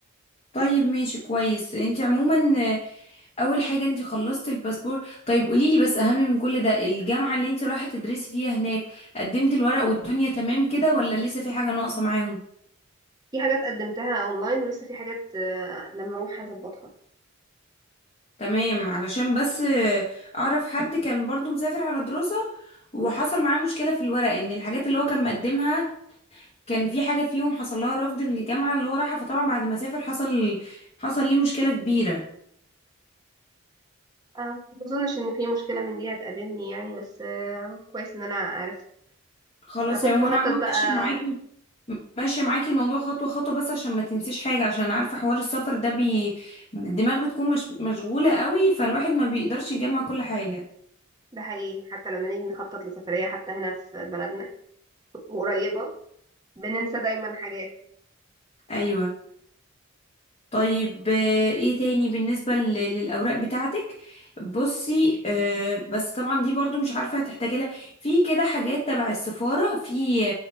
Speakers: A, on the left; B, on the right.
A: طيب ماشي كويس انت عموما آه، اول حاجة انت خلصت الباسبور طيب قوليلي بس اهم من كل ده الجامعة اللي انت رايحة تدرسي فيها هناك قدمت الورق والدنيا تمام كده ولا لسه في حاجة ناقصة معاهم
B: في حاجات قدمتها اونلاين ولسه في حاجات آه لما اروح هظبطها
A: تمام علشان بس آه، اعرف حد كان برضو مسافر على دراسة وحصل معاه مشكلة في الورق ان الحاجات اللي هو كان مقدمها كان في حاجة فيهم حصل لها رفض من الجامعة اللي هو راحها فطبعا بعد ما سافر حصل حصل ليه مشكلة كبيرة
B: آه ما اظنش ان في مشكله من دي هتقابلني يعني بس آه كويس ان انا عرفت
A: خلاص
B: انا كنت
A: يعني
B: بخطط
A: وانا عموما
B: بقى
A: ماشي معاكي ماشي معاكي الموضوع خطوة خطوة بس عشان ما تنسيش حاجة عشان عارفة حوار السفر ده بي... الدماغ بتكون مش... مشغولة قوي فالواحد ما بيقدرش يجمع كل حاجة
B: ده حقيقي حتى لما نيجي نخطط لسفرية حتى هنا في بلدنا وقريبة بننسى دايما حاجات
A: ايوه طيب آه، ايه تاني بالنسبة لل- للأوراق بتاعتك بصي آه، بس طبعا دي برضو مش عارفة هتحتاجي لها في كده حاجات تبع السفارة في